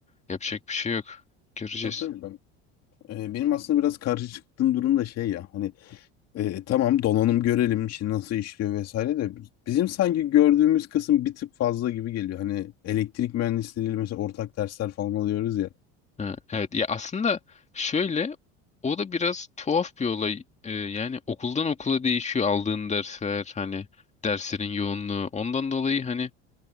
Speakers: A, on the left; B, on the left.
A: yapacak bir şey yok. Göreceğiz.
B: Tabii tabii ben. e, benim aslında biraz karşı çıktığım durum da şey ya. Hani E, tamam donanım görelim işi nasıl işliyor vesaire de bizim sanki gördüğümüz kısım bir tık fazla gibi geliyor. Hani elektrik mühendisleriyle mesela ortak dersler falan alıyoruz ya.
A: Ha, evet ya aslında şöyle o da biraz tuhaf bir olay. E, yani okuldan okula değişiyor aldığın dersler hani derslerin yoğunluğu. Ondan dolayı hani